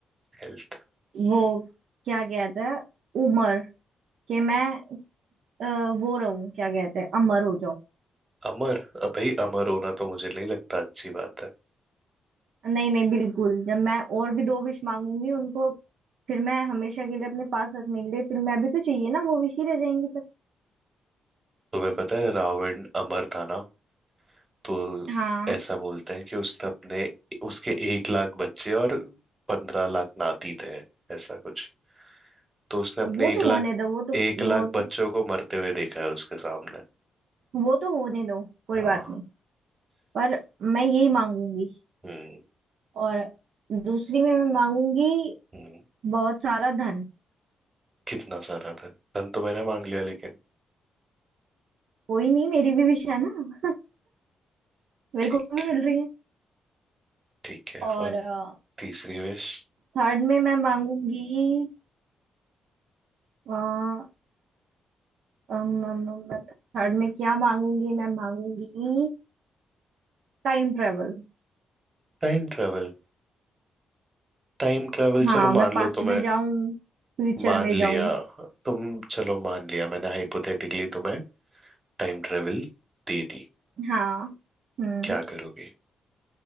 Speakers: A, on the right; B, on the right.
A: हेल्थ
B: वो क्या कहते हैं उम्र कि मैं अ, वो रहूं क्या कहते हैं अमर हो
A: अमर अ भाई अमर होना तो मुझे नहीं लगता अच्छी बात है
B: नहीं नहीं बिल्कुल जब मैं और भी दो विश मांगूंगी उनको फिर मैं हमेशा के लिए अपने पास रखने के लिए फिर मैं भी तो चाहिए ना वो विश ही रह जाएंगी फिर
A: तुम्हें पता है रावण अमर था ना तो
B: हाँ
A: ऐसा बोलते हैं कि उसने अपने उसके एक लाख बच्चे और पंद्रह लाख नाती थे ऐसा कुछ तो उसने अपने
B: वो
A: एक
B: तो
A: लाख
B: होने दो वो तो
A: एक
B: वो
A: लाख
B: तो,
A: बच्चों को मरते हुए देखा है उसके सामने
B: वो तो होने दो कोई
A: हाँ
B: बात नहीं पर मैं यही मांगूंगी
A: हम्म
B: और दूसरी में मैं मांगूंगी
A: हम्म
B: बहुत सारा धन
A: कितना सारा धन धन तो मैंने मांग लिया लेकिन
B: कोई नहीं मेरी भी विश है ना <laughs> मेरे
A: ठीक
B: को भी मिल
A: है
B: रही है
A: ठीक है
B: और
A: और तीसरी wish
B: थर्ड में मैं मांगूंगी अ, अम, अम, अम, थर्ड में क्या मांगूंगी मैं मांगूंगी टाइम ट्रेवल
A: Time travel Time travel
B: हाँ
A: चलो
B: मैं
A: मान
B: पास्ट
A: लो तुम्हें
B: में जाऊं फ्यूचर
A: मान
B: में
A: लिया
B: जाऊं
A: तुम चलो मान लिया मैंने हाइपोथेटिकली तुम्हें टाइम ट्रेवल दे दी
B: हाँ हम्म
A: क्या करोगे